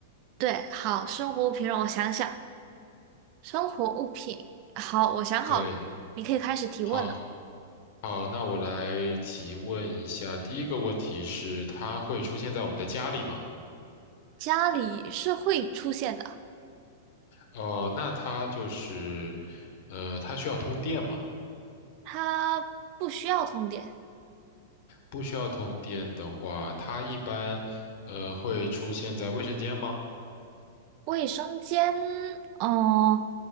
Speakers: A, on the right (about 45°); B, on the left (about 60°).
A: 对，好，生活物品让我想想，生活物品，好，我想好了，
B: 对，
A: 你可以开始提问了。
B: 好，好，那我来提问一下，第一个问题是，它会出现在我们的家里吗？
A: 家里是会出现的，
B: 哦，那它就是，呃，它需要通电吗？
A: 它不需要通电。
B: 不需要通电的话，它一般，呃，会出现在卫生间吗？
A: 卫生间，嗯、